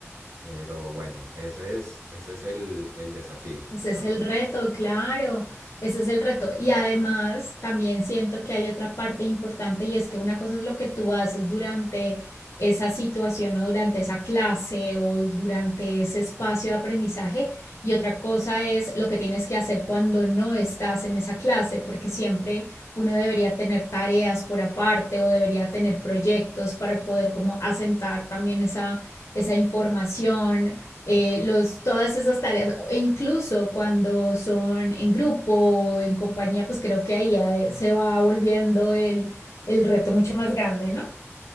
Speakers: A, on the right; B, on the left.
A: Pero bueno, ese es, ese es el, el desafío,
B: Ese es
A: ¿no?
B: el reto, claro, ese es el reto. Y además también siento que hay otra parte importante y es que una cosa es lo que tú haces durante esa situación o durante esa clase o durante ese espacio de aprendizaje y otra cosa es lo que tienes que hacer cuando no estás en esa clase, porque siempre uno debería tener tareas por aparte o debería tener proyectos para poder como asentar también esa, esa información eh, los, todas esas tareas, e incluso cuando son en grupo o en compañía, pues creo que ahí ya, eh, se va volviendo el, el reto mucho más grande, ¿no?